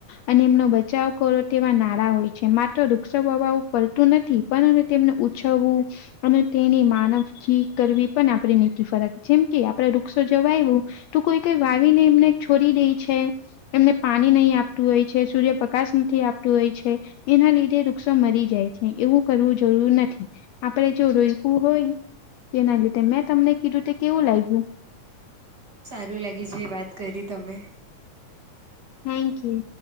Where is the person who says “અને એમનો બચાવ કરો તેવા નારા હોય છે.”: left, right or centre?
Left